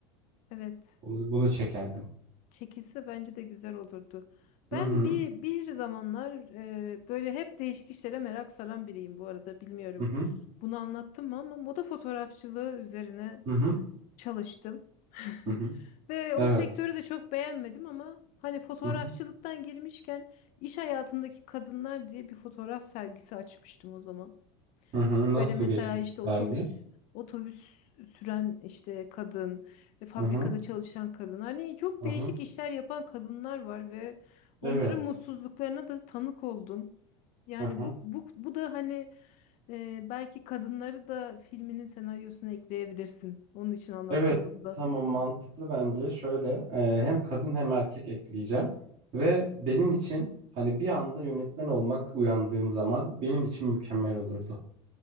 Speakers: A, on the left; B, on the right.
A: Evet.
B: Bunu, bunu çekerdim.
A: Çekilse bence de güzel olurdu. Ben
B: Hı hı,
A: bir bir zamanlar e, böyle hep değişik işlere merak saran biriyim bu arada bilmiyorum.
B: hı hı,
A: Bunu anlattım mı ama moda fotoğrafçılığı üzerine
B: hı hı,
A: çalıştım. <laughs>
B: hı hı.
A: Ve
B: Evet.
A: o sektörü de çok beğenmedim ama hani fotoğrafçılıktan
B: Hı hı,
A: girmişken iş hayatındaki kadınlar diye bir fotoğraf sergisi açmıştım o zaman.
B: hı hı. Nasıl
A: Böyle mesela
B: geçmişti
A: işte otobüs
B: dergi?
A: otobüs süren işte kadın, e, fabrikada
B: Hı hı,
A: çalışan kadın. Hani çok
B: hı
A: değişik
B: hı.
A: işler yapan kadınlar var ve onların
B: Evet.
A: mutsuzluklarına da tanık oldum. Yani
B: Hı hı.
A: bu bu bu da hani e, belki kadınları da filminin senaryosuna ekleyebilirsin. Onun için anlattım
B: Evet.
A: bunu da.
B: Tamam mantıklı bence. Şöyle e, hem kadın hem erkek ekleyeceğim ve benim için hani bir anda yönetmen olmak uyandığım zaman benim için mükemmel olurdu.